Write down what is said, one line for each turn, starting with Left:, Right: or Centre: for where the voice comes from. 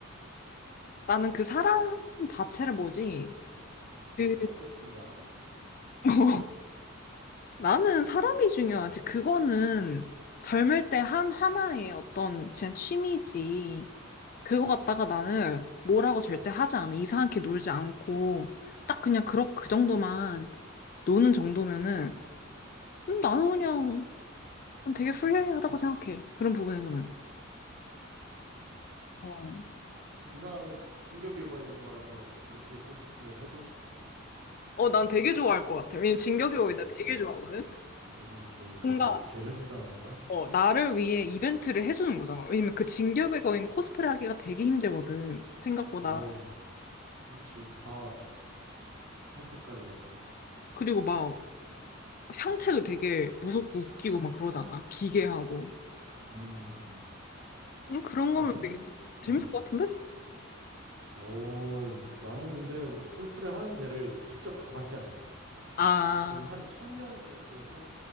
Left: 나는 그 사람 자체를 뭐지?
Right: 어떻게든
Left: 그
Right: 꺾고 싶은데 안 되네. 음.
Left: <laughs> 나는 사람이
Right: 음,
Left: 중요하지. 그거는 젊을
Right: 어,
Left: 때 한 하나의 어떤 그냥 취미지. 그거 갖다가 나는 뭐라고 절대 하지 않아. 이상하게 놀지 않고 딱 그냥 그렇 그 정도만 노는 정도면은 음, 나는 그냥 되게 프리하다고 생각해. 그런 부분에서는.
Right: 어,
Left: 어.
Right: 그럼 그 사람이 진격의 거인을 좋아해서 그렇게 코스프레를 해도
Left: 어, 난 되게 좋아할 것 같아. 왜냐면 진격의 거인
Right: 어,
Left: 나 되게 좋아하거든.
Right: 진격의 거인까지
Left: 뭔가
Right: 오케이를 해준다는 거야?
Left: 어, 나를 위해 이벤트를 해주는 거잖아. 왜냐면 그 진격의 거인 코스프레 하기가 되게 힘들거든. 생각보다.
Right: 아우, 그렇지. 다 살 색깔이라서.
Left: 그리고 막 형체도 되게 무섭고 웃기고 막 그러잖아. 기괴하고.
Right: 음. 음.
Left: 음, 그런
Right: 아,
Left: 거면
Right: 근데?
Left: 되게 재밌을
Right: 음.
Left: 것 같은데?
Right: 오, 나는 근데 코스프레 하는 데를 직접 가봤잖아. 나는
Left: 아,
Right: 그 한 천 명이 되는 데서